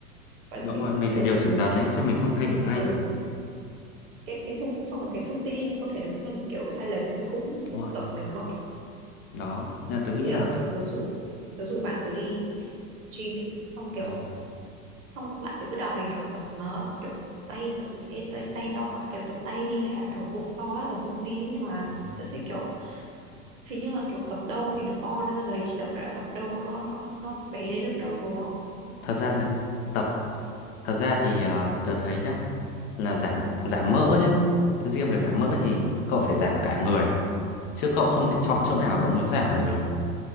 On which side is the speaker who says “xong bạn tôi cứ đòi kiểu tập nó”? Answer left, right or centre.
Right